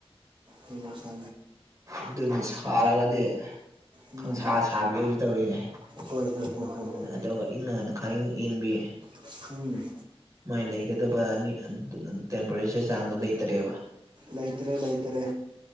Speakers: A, on the right (about 55°); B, on the right (about 35°).
A: ꯂꯦ ꯅꯁ
B: ꯑꯗꯨꯅꯤ ꯁꯥꯔꯒꯗꯤ
A: ꯎꯝ
B: ꯈꯪꯁꯥ ꯁꯥꯕꯤ ꯍꯧꯖꯤꯛ ꯇꯧꯔꯤꯅꯦ
A: ꯍꯣꯏ ꯍꯣꯏ ꯍꯣꯏ ꯍꯣꯏ ꯍꯣꯏ
B: ꯑꯗꯨꯒ ꯏꯪꯉꯒꯅ ꯈꯔꯪ ꯏꯪꯕꯤ
A: ꯎꯝ
B: ꯃꯥꯏ ꯂꯩꯒꯗꯕꯅꯤ ꯇꯦꯝꯄꯔꯦꯆꯔ ꯆꯥꯡꯗꯣ ꯂꯩꯇ꯭ꯔꯦꯕ
A: ꯂꯩꯇꯔꯦ ꯂꯩꯇꯔꯦ